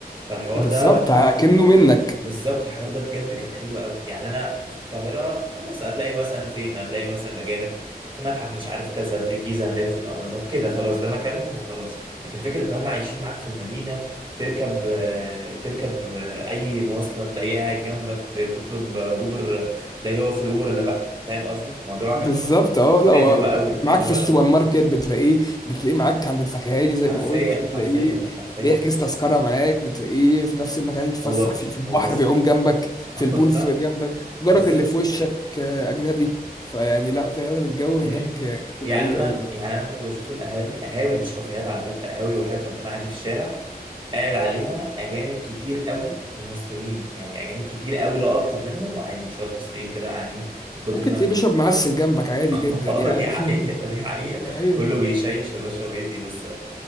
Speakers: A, on the right; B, on the left.
A: فالحوار
B: بالظبط
A: ده
B: كأنه منك
A: بالظبط الحوار ده بجد كان حلو قوي يعني انا في القاهره خلاص هتلاقي مثلا فين هتلاقي مثلا الاجانب في متحف مش عارف كذا في الجيزه هتلاقيهم في الاهرامات كده خلاص ده مكانهم وخلاص لكن فكره ان هم عايشين معاك في المدينه تركب آه، تركب آه، اي مواصله تلاقيه قاعد جنبك ت- تطلب آه، اوبر آه، تلاقيه هو في الاوبر اللي بقى فاهم قصدي فالموضوع
B: بالظبط اه لا
A: حلو
B: هو
A: قوي
B: معاك
A: حلو
B: في السوبر
A: قوي
B: ماركت بتلاقيه بتلاقيه معاك عند الفكهاني زي
A: حرفيا
B: ما قلت بتلاقيه
A: حرفيا حرفيا
B: بيحجز تذكرة معاك بتلاقيه في نفس المكان اللي تتفسح
A: هو
B: فيه في البحر
A: هو بالظبط
B: بيعوم جنبك في
A: <laughs>
B: البول
A: والله
B: في جنبك جارك
A: بالظبط
B: اللي في وشك آه، أجنبي فيعني لا فعلا الجو هناك
A: مم.
B: آه، جميل
A: يعني
B: قوي
A: انا
B: قوي
A: يعني انا كنت بشوف القهاوي قهاوي مش كافيهات على فكره قهاوي وحياة ربنا عادي في الشارع قاعد عليها اجانب كتير قوي ومصريين يعني اجانب كتير قوي لو اكتر منهم وعادي وشويه مصريين كده قاعدين من كتر
B: ممكن
A: ما
B: تلاقيه بيشرب معسل جنبك عادي
A: <laughs>
B: جدا يعني
A: دي حقيقة
B: <laughs>
A: دي حقيقة
B: ايوه
A: كله بيشيش يا باشا ويدي بس